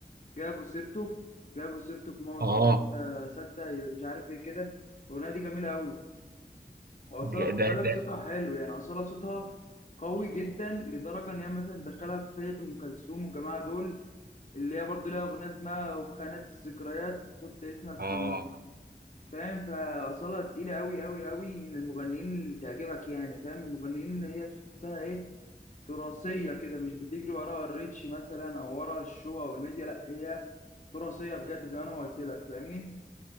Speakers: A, on the left (about 45°); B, on the right (about 65°).
A: جابوا سيرته جابوا سيرته في موضوع
B: اه
A: قلت اصدق مش عارف ايه كده الاغنيه دي جميله قوي واصاله
B: ده
A: خد
B: ده
A: بالك
B: ده
A: صوتها حلو يعني اصاله صوتها قوي جدا لدرجه ان هي مثلا تدخلها في فئه ام كلثوم والجماعه دول اللي هي برضو ليها اغنيه اسمها وفي خانات الذكريات حط اسمك
B: اه
A: في ال- فاهم فاصاله تقيله قوي قوي قوي من المغنيين اللي تعجبك يعني فاهم المغنيين اللي هي تحسها ايه تراثيه كده مش بتجري وراها الريتش مثلا او ورا الشو او الميديا لا هي تراثيه بجد زي ما انا ما قلت لك فاهمني